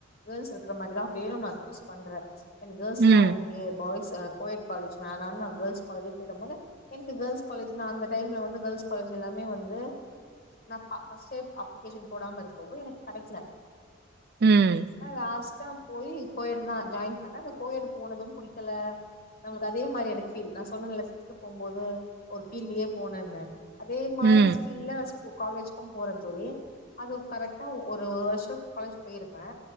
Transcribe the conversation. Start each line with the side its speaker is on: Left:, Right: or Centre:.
Left: கேள்ஸ் இருக்குற மாரிதா வேணுன் நா அக்யூஸ் பண்றே என கேள்ஸ் தா
Right: ம்
Left: ஓக் கே பாய்ஸ் அ கோ எட் காலேஜ் வேணா நா கேர்ள்ஸ் காலேஜே சேரமுன்ன எனக்கு கேர்ள்ஸ் காலேஜ் நா அந்த டைம்ல வந்து கேள்ஸ் காலேஜ் எல்லாமே வந்து நா ப ஃபஸ்ட் டைம் அப்ளிகேஷன் போடாம இருக்கோவு எனக் கெடைக்கல
Right: ம்
Left: ஆ லாஸ்டா போய் கோ எட்தா ஜாயின் பண்ண ஆனா கோ எட்டு போனது வந் புடிக்கல எங்களுக்கு அதே மாரியன ஃபீல் நா சொன்னேன்ல சிக்ஸ்த் போம்போது ஒரு ஃபீல்லு போனேனு அதே மாரி
Right: ம்
Left: ஸ்பில்ல காலேஜுக்கு போறே தோழி அது கரெக்டா ஒ ஒரு வருஷோ காலேஜ் போயிருப்பே